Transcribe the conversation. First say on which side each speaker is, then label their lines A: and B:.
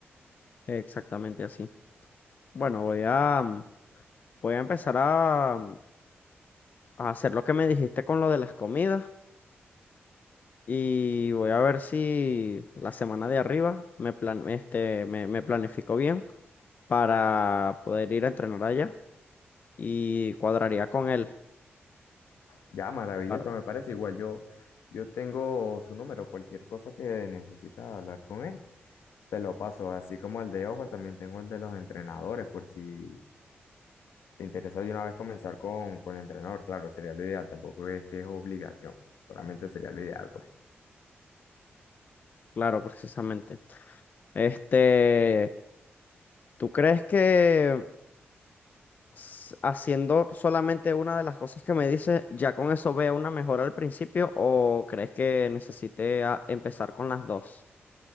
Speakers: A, on the left; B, on the left.
A: Exactamente así. Bueno, voy a, mm, voy a empezar a, mm, a hacer lo que me dijiste con lo de las comidas y voy a ver si la semana de arriba me plan, este, me, me planifico bien para poder ir a entrenar allá y cuadraría con él.
B: Ya, maravilloso,
A: para-
B: me parece igual yo, yo tengo su número, cualquier cosa que necesitas hablar con él. Te lo paso, así como el de Ojo, también tengo el de los entrenadores, por si te interesa de una vez comenzar con, con el entrenador, claro, sería lo ideal, tampoco es que es obligación, solamente sería lo ideal, pues.
A: claro, precisamente. Este, ¿tú crees que s- haciendo solamente una de las cosas que me dices, ya con eso vea una mejora al principio o crees que necesite ah, empezar con las dos?